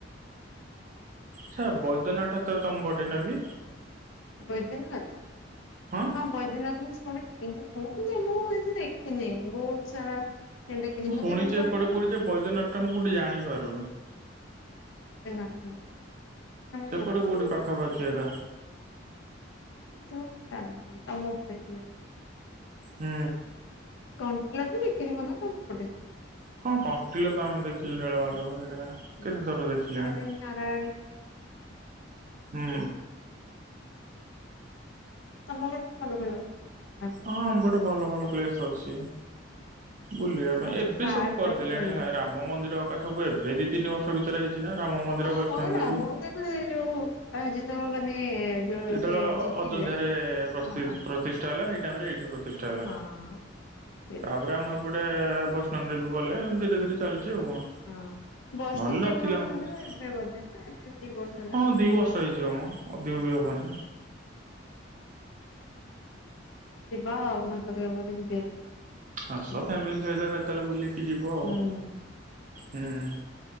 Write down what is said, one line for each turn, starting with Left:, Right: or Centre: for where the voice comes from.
Right: ସ ବୈଦ୍ୟନାଥ ତମ ପଟେ ନାବି?
Left: ବୈଦ୍ୟନାଥ।
Right: ହଁ
Left: ହଁ ବୈଦିନାଥ ମୁଁ ଶୁଣିଛି କିନ୍ତୁ ମୁଁ ମୁଁ ଏତି ଦେଖିନି ବହୁତ ସାରା ଦେଖିଛି
Right: ମୁଁ
Left: ମତେ
Right: ଶୁଣିଛି
Left: ଏମିତି
Right: ଏପଟେ
Left: କହିଲେ
Right: କୋଉଠି ଯେ ବୈଦ୍ୟନାଥ ଟା ମୁଁ କୋଉଠି ଜାଣିପାରୁନି।
Left: ବୈଦ୍ୟନାଥ ନା <unintelligible>
Right: ସେପଟେ କୋଉଠି ପାଖାପାଖି
Left: କିନ୍ତୁ
Right: ଏକା।
Left: <inaudible>
Right: ହୁଁ।
Left: କଣ୍ଟିଲା ତ ଦେଖିଯିବ ନା ତମ ପଟେ।
Right: କଣ କଣ୍ଟିଲୋ ତ ଆମେ ଦେଖିଛୁ ନୀଳବାଧବ ସେଇଟା।
Left: ହୁଁ
Right: କେତେ ଥର ଦେଖିଲେଣି
Left: ଆରେ ନାରାୟଣ
Right: ହୁଁ।
Left: ତମ ଗୋଟେ ଭଲ ଭଲ
Right: ହଁ ଆମ ପଟେ ଭଲ ଭଲ ପ୍ଲେସ ଅଛି। ବୁଲିବା ପାଇଁ
Left: ଆଉ
Right: ଏବେ
Left: ପାର୍କ
Right: ସବୁ କରିଦେଲେଣି
Left: ଟା ବି ଭଲ
Right: ହେଲା ରାମ ମନ୍ଦିର ଏରା ସବୁ ଏବେ ଦି ତିନି ବର୍ଷ ଭିତରେ ହେଇଛି ନା ରାମ ମନ୍ଦିର,
Left: ହଁ
Right: ବୈଷ୍ଣବ
Left: ହଁ ରାବଣ
Right: ଦେବୀ।
Left: ଦେବ ଏ ଯୋଉ ପରା ଯେତେବେଳେ ମାନେ ଯୋଉ
Right: ଯେତେବେଳେ
Left: ସେ ଜିତିଲେ
Right: ଅଯୋଧ୍ୟାରେ ପ୍ରସ୍ତି
Left: ହଁ
Right: ପ୍ରତିଷ୍ଠା ହେଲା ସେଇ ଟାଇମ ରେ ଏଇଠି ପ୍ରତିଷ୍ଠା ହେଲା,
Left: ହଁ ସେଇଟା
Right: ତାପରେ ଆମ ପଟେ ବୈଷ୍ଣ ଦେବୀ ଗଲେ ଧୀରେ ଧୀରେ ଚାଲିଛି ଆଉ କଣ?
Left: ହଁ ବୈଷ୍ଣବ
Right: ନହେଲେ
Left: ଦେବୀମାଙ୍କ
Right: ନଥିଲା ଆମ
Left: ମନ୍ଦିର
Right: କିଛି,
Left: ଏବେ ବୋଧେ ନା ଏବେ ଦି ବର୍ଷ ହେଲା।
Right: ହଁ ଦି ବର୍ଷ ହେଇଯିବ ମୋ ଅଧିକ
Left: ହୁଁ
Right: ବି ହବନି। ନାଁ
Left: ଯିବା ଆଉ ମୁଁ ଏତଳେ କେବେେ ଯିବି। ବୁଲିକି ଆସିବି
Right: ଆସ
Left: ଆଉ।
Right: ଫ୍ୟାମିଲି ସହିତ କେତେବେଳେ ବୁଲିକି ଯିବ ଆଉ,
Left: ହୁଁ।
Right: ହୁଁ।